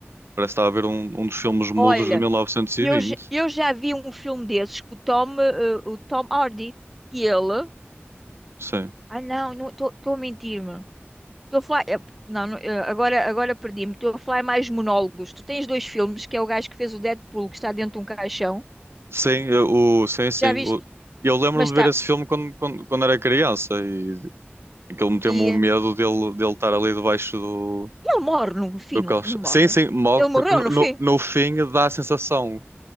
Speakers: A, on the right (about 70°); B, in the centre.
A: Parece que está a ver um, um dos filmes mudos
B: Olha,
A: de mil novecentos e
B: eu,
A: vinte
B: j- eu já vi um filme desses com o Tom, eh, o Tom Hardy, que ele...
A: Sim.
B: Ah, não, estou a mentir-me. Estou a falar. eh, Não, não, eh, agora, agora perdi-me. Estou a falar mais monólogos. Tu tens dois filmes, que é o gajo que fez o Deadpool, que está dentro de um caixão.
A: Sim, eu- o, sim, sim.
B: Já viste?
A: o- eu lembro-me
B: Mas
A: de
B: está.
A: ver esse filme quando, quando, quando era criança e aquilo meteu-me
B: E,
A: o
B: eh,
A: medo dele, dele estar ali debaixo do,
B: ele morre no fim,
A: do
B: não,
A: colchão.
B: não morre.
A: Sim, sim, morre
B: Ele morreu
A: porque no,
B: no
A: no,
B: fim.
A: no fim dá a sensação que